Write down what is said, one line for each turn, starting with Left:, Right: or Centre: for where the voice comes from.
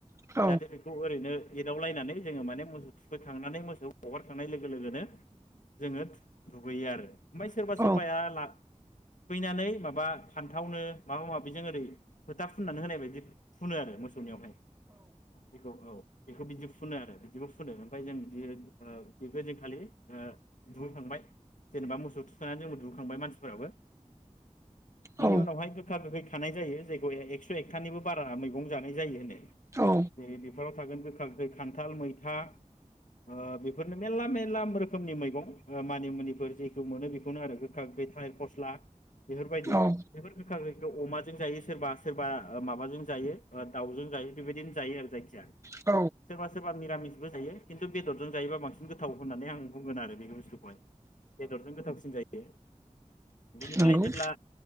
Right: औ
Left: जाहाथे बेखौ ओरैनो एदावलायनानै जोङो माने मोसौ थु फैखांनानै मोसौ हगारखांनाय लोगो लोगोनो जोङो दुगैयो आरो। ओमफाय सोरबा
Right: औ
Left: सोरबाया ला फैनानै माबा फान्थावनो माबा माबिजों ओरै फोथा फुननानै होनाय बायदि फुनो आरो मोसौनियावहाय बेखौ औ बेखौ बिदि फुनो आरो बिखौ फुनो ओमफ्राय जों बि बेखौ जों खालि दुहैखांबाय जेनेबा मोसौ थुखांनानै जोंबो दुहैखांबाय मानसिफोराबो बिनि
Right: औ
Left: उनावहाय गोखा गोखै <unintelligible> जायो जायखौ एकस' एकथानिबो बारा मैगं जानाय जायो होनो,
Right: औ
Left: जेरै बेफोराव थागोन गोखा खान्थाल मैथा ओ बेफोरनो मेरला मेरला रोखोमनि मैगं मानिमुनिफोर जेखौ मोनो बेखौनो आरो गोखा गोखै थालिर फस्ला, बेफोरबायदि
Right: औ
Left: <unintelligible> अमाजों जायो सोरबा सोरबा माबाजों जायो दाउजों जायो। बेबायदिनो जायो आरो जायखिजाया
Right: औ
Left: सोरबा सोरबा मिरामिसबो जायो। खिन्थु बेदर <unintelligible> जायोबा बांसिन गोथाव होननानै आं बुंगोन आरो <unintelligible> बेदरजों गोथावसिन जायो। बेनिफ्लाय
Right: नंगौ
Left: जेब्ला।